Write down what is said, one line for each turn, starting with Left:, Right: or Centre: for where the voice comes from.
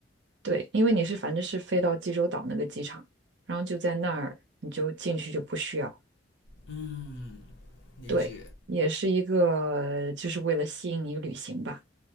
Right: 对，因为你是反正是飞到济州岛那个机场，然后就在那儿你就进去就不需要。
Left: 嗯，理解，
Right: 对，也是一个就是为了吸引你旅行吧。